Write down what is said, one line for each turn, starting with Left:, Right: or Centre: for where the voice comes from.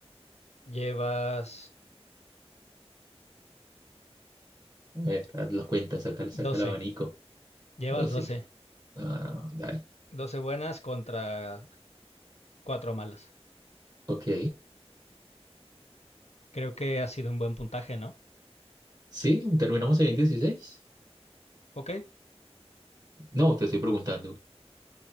Left: llevas
Right: A ver, haz la cuenta, saca, saca
Left: 12.
Right: el abanico.
Left: Llevas
Right: 12.
Left: 12.
Right: Ah, dale.
Left: 12 buenas contra 4 malas.
Right: Ok.
Left: Creo que ha sido un buen puntaje, ¿no?
Right: Sí, terminamos en 16?
Left: ¿Ok?
Right: No, te estoy preguntando.